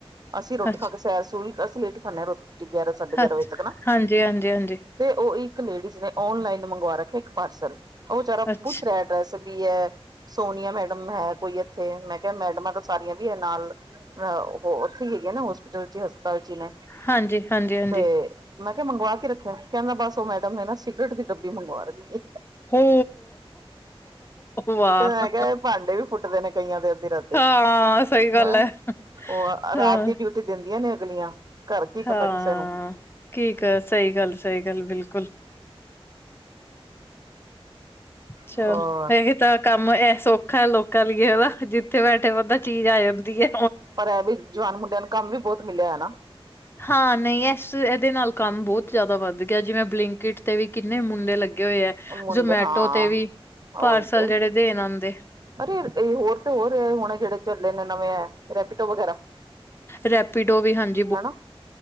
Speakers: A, on the right (about 40°); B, on the left (about 25°).
A: ਅਸੀਂ ਰੋਟੀ
B: ਅੱਛਾ
A: ਖਾ ਕੇ ਸੁ ਸੈਰ-ਸੂਰ ਅਸੀ ਲੇਟੀ ਖਾਂਦੇ ਹਾਂ ਰੋਟੀ ਗਿਆਰਾਂ-ਸਾਢੇ ਗਿਆਰਾਂ
B: ਅੱਛਾ
A: ਵਜੇ ਤੱਕ ਨਾ
B: ਹਾਂਜੀ ਹਾਂਜੀ ਹਾਂਜੀ
A: ਤੇ ਓ ਇੱਕ ਲੇਡੀਜ਼ ਨੇ ਓਨਲਾਈਨ ਮੰਗਵਾ ਰੱਖਿਆ ਇੱਕ ਪਾਰਸਲ ਓ ਵਿਚਾਰਾ
B: ਅੱਛਾ
A: ਪੁੱਛ ਰਿਹਾ ਡਰੈਸ ਵੀ ਹੈ ਸੋਨੀਆ ਮੈਡਮ ਹੈ ਕੋਈ ਇੱਥੇ ਮੈਂ ਕਿਹਾ ਮੈਡਮਾਂ ਤਾਂ ਸਾਰੀਆਂ ਵੀ ਹੈ ਨਾਲ ਹ ਓ ਉੱਥੇ ਈ ਹੈਗੇ ਆ ਨਾ ਹੋਸਪਿਟਲ ਚ ਹਸਪਤਾਲ ਚ ਈ ਨੇ
B: ਹਾਂਜੀ ਹਾਂਜੀ ਹਾਂਜੀ
A: ਤੇ ਮੈਂ ਕਿਹਾ ਮੰਗਵਾ ਕੇ ਰੱਖਿਆ ਕਹਿੰਦਾ ਬਸ ਉਹ ਮੈਡਮ ਨੇ ਨਾ ਸਿਗਰਟ ਦੀ ਡੱਬੀ ਮੰਗਵਾ ਰੱਖੀ
B: ਹੋ ਵਾਹ
A: ਤੇ ਮੈਂ ਕਿਹਾ ਇਹ ਪਾਂਡੇ ਵੀ ਫੂਟਦੇ ਨੇ ਕਈਆਂ ਦੇ ਅੱਧੀ ਰਾਤੀ ਹੈਂ
B: ਹਾਂ ਸਹੀ ਗੱਲ ਹੈ
A: ਓ
B: ਹਾਂ
A: ਰਾਤ ਦੀ ਡਿਊਟੀ ਦਿੰਦੀਆਂ ਨੇ ਅਗਲੀਆਂ ਕੱਰ ਕੀ ਪਤਾ
B: ਹਾਂ
A: ਕਿਸੇ ਨੂੰ
B: ਕੀ ਕਰਣ ਸਹੀ ਗੱਲ-ਸਹੀ ਗੱਲ ਬਿਲਕੁਲ। ਚਲ
A: ਹ ਹੋਰ
B: ਇਹ ਤਾਂ ਕੰਮ ਐ ਸੌਖਾ ਲੋਕਾਂ ਲਈ ਹੈਨਾ ਜਿੱਥੇ ਬੈਠੇ ਬੰਦਾ ਚੀਜ਼ ਆ ਜਾਂਦੀ ਏ‌।
A: ਪਰ ਐ ਵੀ ਜਵਾਨ ਮੁੰਡਿਆਂ ਨੂੰ ਕੰਮ ਵੀ ਬੋਤ ਮਿਲਿਆ ਨਾ
B: ਹਾਂ ਨਹੀਂ ਇਸ ਐਦੇ ਨਾਲ ਕੰਮ ਬੋਹਤ ਜ਼ਿਆਦਾ ਵੱਧ ਗਿਆ ਜਿਵੇਂ ਬਲਿੰਕਟ ਤੇ ਵੀ ਕਿੰਨੇ ਮੁੰਡੇ ਲੱਗੇ ਹੋਏ ਐ।
A: ਮੁੰਡੇ
B: ਜਮੈਟੋ
A: ਹਾਂ
B: ਤੇ ਵੀ ਪਾਰਸਲ
A: ਉਹੀ ਤੇ
B: ਜੇੜੇ ਦੇਣ ਆਂਦੇ।
A: ਅਰੇ ਹੋਰ ਤੇ ਹੋਰ ਹੁਣੇ ਜੇੜੇ ਚੱਲੇ ਨੇ ਨਵੇਂ ਓ ਰੈਪੀਡੋ ਵਗੈਰਾ
B: ਰੈਪੀਡੋ ਵੀ ਹਾਂਜ
A: ਹੈਨਾ